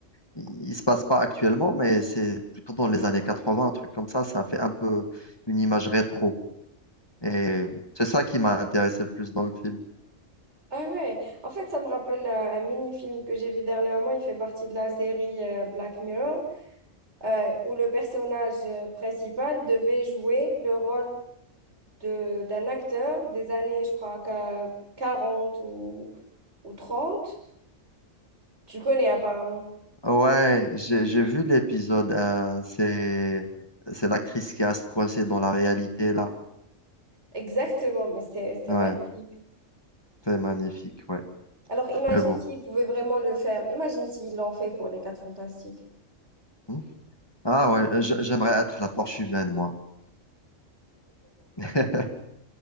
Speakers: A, on the left; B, on the right.
A: il il se passe pas actuellement, mais c'est plutôt dans les années 80, un truc comme ça. Ça fait un peu une image rétro. Et c'est ça qui m'a intéressé le plus dans le film.
B: Ah ouais, en fait, ça me rappelle euh, un mini-film que j'ai vu dernièrement, il fait partie de la série euh, Black Mirror, euh, où le personnage euh, principal devait jouer le rôle de, d'un acteur des années, je crois, qu'à 40 ou, ou trente Tu connais apparemment.
A: Ouais, j'ai j'ai vu l'épisode. euh, c'est c'est l'actrice qui reste coincée dans la réalité là.
B: Exactement, mais c'est c'est
A: Ouais,
B: magnifique.
A: c'est magnifique. Ouais,
B: Alors imagine
A: mais bon.
B: s'ils pouvaient vraiment le faire. Imagine s'ils l'ont fait pour les Quatre Fantastiques.
A: Hmm. Ah ouais, euh, j'aimerais être la torche humaine moi. <laughs>